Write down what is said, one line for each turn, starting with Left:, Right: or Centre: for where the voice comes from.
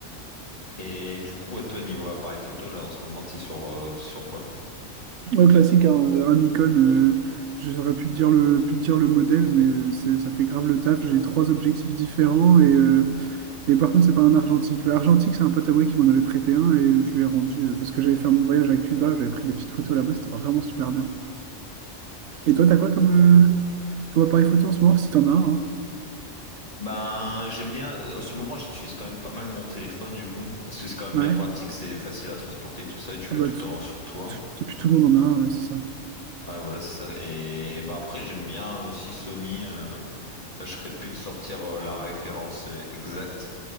Left: Et du coup, à toi, niveau appareil photo, là, en ce moment, t'es sur, euh, t'es sur quoi?
Right: Au classique, hein, euh, un, icône. euh, Je saurais plus te dire le, pu te dire le modèle, mais euh, c'est- ça fait grave le taf. J'ai trois objectifs différents et, euh, Et par contre, c'est pas un argentique. Le Argentique, c'est un pote à moi qui m'en avait prêté un et je lui ai rendu euh, parce que j'avais fait mon voyage à Cuba, j'avais pris des petites photos là-bas, c'était vraiment super bien. Et toi, t'as quoi comme, euh, comme appareil photo en ce moment, si t'en as un, hein
Left: Ben, j'aime bien, euh, en ce moment, j'utilise quand même pas mal mon téléphone, du coup, parce que c'est quand même
Right: Ouais.
Left: bien pratique, c'est facile à transporter, tout ça, et tu
Right: Ah
Left: l'as
Right: bah,
Left: tout
Right: tout,
Left: le temps sur toi.
Right: tout- et puis tout le monde en a un, ouais, c'est ça.
Left: Ouais, voilà, c'est ça. Et bah après, j'aime bien aussi Sony. euh, là, je serais plus de sortir euh, la référence euh, exacte,